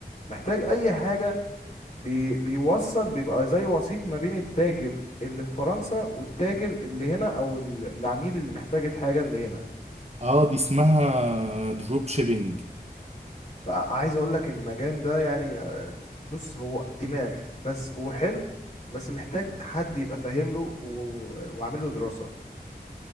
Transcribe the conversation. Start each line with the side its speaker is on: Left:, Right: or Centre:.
Left: محتاج أي حاجة بي بيوصل بيبقى زي وسيط ما بين التاجر اللي في فرنسا والتاجر اللي هنا او ال- العميل اللي محتاج الحاجة اللي هنا
Right: اه دي اسمها دروب شيبينج
Left: فعايز اقول لك المجال ده يعني آه، بص هو دماغ بس وحلو بس محتاج حد يبقى فاهم له و- وعامل له دراسة